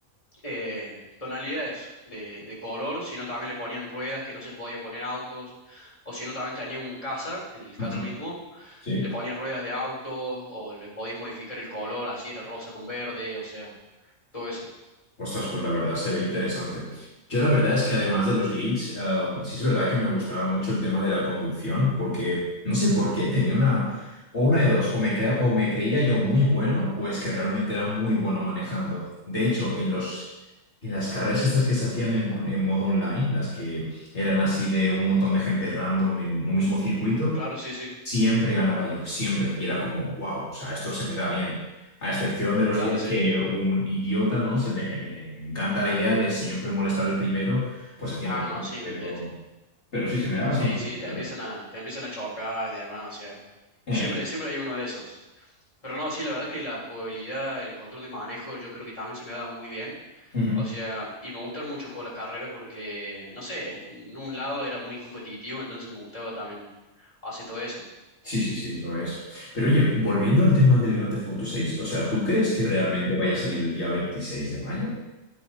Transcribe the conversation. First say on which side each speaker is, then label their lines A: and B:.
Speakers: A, on the left (about 25°); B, on the left (about 50°).
A: eh, tonalidades de, de color, sino también le ponían ruedas que no se le podía poner a autos, o sino también tenía un casa, el casa
B: Ujú.
A: mismo,
B: Sí.
A: le ponían ruedas de autos, o le podías modificar el color, así era rosa con verde, o sea, todo eso.
B: Ostras, pues la verdad se ve interesante. Yo la verdad es que además de los glitches, um, sí es verdad que me gustaba mucho el tema de la conducción, porque no sé por qué tenía una, o una de dos, o me crea- o me creía yo muy bueno, o es que realmente era muy bueno manejando. De hecho, en los, en las carreras estas que se hacían en, en modo online, las que eran así de un montón de gente random en un mismo circuito,
A: Claro, sí, sí.
B: Siempre ganaba yo, siempre. Y era como, wow, o sea, esto se me da bien. A excepción de los
A: Claro,
B: días
A: sí.
B: que un idiota, ¿no? Se le, le- le encanta la idea de siempre molestar al primero, pues haciendo...
A: Ah,
B: todo.
A: no, sí,
B: Pero,
A: olvídate.
B: pero sí, se me da bastante
A: Sí, sí,
B: bien,
A: te
B: la
A: empiezan
B: verdad.
A: a, te empiezan a chocar y demás, o sea,
B: En
A: siempre,
B: efecto.
A: siempre hay uno de esos. Pero no, sí, la verdad que la jugabilidad, el control de manejo, yo creo que también se me da muy bien.
B: Ujú.
A: O sea, y me gustan mucho jugar las carreras porque, no sé, en un lado era muy competitivo, entonces me gustaba también hacer todo eso.
B: Sí, sí, sí, lo es. Pero oye, volviendo al tema del Grand Theft Auto 6, o sea, ¿tú crees que realmente vaya a salir el día veintiséis de mayo?